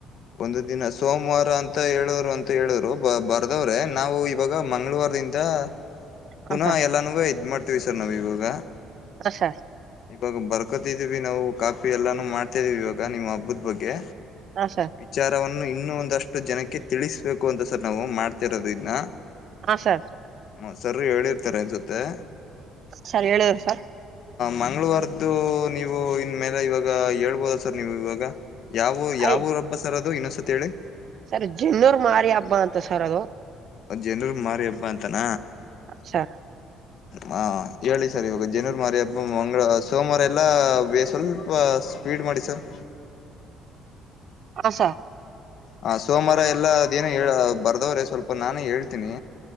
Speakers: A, on the left; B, on the right.
A: ಒಂದು ದಿನ ಸೋಮವಾರ ಅಂತ ಹೇಳೋರು ಅಂತ ಹೇಳೋರು ಬ ಬರ್ದವ್ರೆ ನಾವು ಇವಾಗ ಮಂಗಳೂವಾರ್ಡಿದಿಂದ ಪುನಃ
B: ಹ ಸರ್
A: ಎಲ್ಲಾನ ಇದ್ ಮಾಡ್ತವಿ ಸರ್ ನಾವ ಇವಾಗ
B: ಆ ಸ
A: ಇವಾಗ ಬರ್ಕೊತಿದೀವಿ ನಾವು ಕಾಪಿ ಎಲ್ಲಾನು ಮಾಡ್ತಾಿದೀವಿ ಇವಾಗ ನಿಮ್ಮ ಹಬ್ಬದ ಬಗ್ಗೆ
B: ಹ ಸರ್
A: ವಿಚಾರವನ್ನು ಇನ್ನ ಒಂದಷ್ಟು ಜನಕ್ಕೆ ತಿಳಿಸ್ಬೇಕು ಅಂತ ಸರ್ ನಾವು ಮಾಡ್ತಿರೋದು ಇದನ್ನ
B: ಹ ಸರ್
A: ಮ ಸರ ಹೇಳಿರ್ತಾರೆ ಅನ್ಸುತ್ತ ತ್ತೆ
B: ಸರ್ ಹೇಳಿದ್ರು ಸರ್.
A: ಮಂಗ್ಳುವಾರ್ದ್ದು ನೀವು ಇನ್ ಮೇಲೆ ಇವಾಗ ಹೇಳ್ಬೋದ ಸರ್ ನೀವ್ ಇವಾಗ. ಯಾವು
B: ಆಯ್
A: ಯಾವುರ್ ಹಬ್ಬ ಸರ್ ದು ಇನ್ನೊನ್ಸತಿ ಹೇಳಿ.
B: ಸರ್ ಜಿನ್ನೂರ್ ಮಾರಿ ಹಬ್ಬ ಅಂತ ಸರ್ ಅದು.
A: ಅ ಜನ್ರುಗ್ ಮಾರಿ ಹಬ್ಬಾ ಅಂತಾನ.
B: <unintelligible>
A: ಹಾ ಹೇಳಿ ಸರ್ ಇವಾಗ ಜನೂರು ಮಾರಿ ಹಬ್ಬ ಮಂಗ್ ಸೋಮ್ವಾರ ಎಲ್ಲ ಬೇ ಸ್ವಲ್ಪ ಸ್ಪೀಡ್ ಮಾಡಿ ಸರ್.
B: ಅ ಸ.
A: ಹ ಸೋಮಾರ ಎಲ್ಲಾ ಅದೇನ ಹೇಳಾ ಬರ್ದವ್ರೆ ಸ್ವಲ್ಪ ನಾನೇ ಹೇಳ್ತೀನಿ.